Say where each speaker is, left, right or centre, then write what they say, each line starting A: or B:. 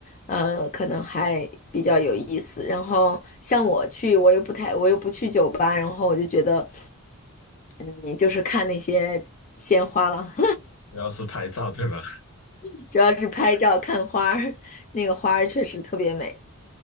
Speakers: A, on the left; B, on the left.
A: 呃，可能还比较有意思。然后像我去，我又不太，我又不去酒吧，然后我就觉得，嗯，就是看那些鲜花了，
B: 主要是拍照，对吧？
A: <laughs> 主要是拍照看花儿，那个花儿确实特别美。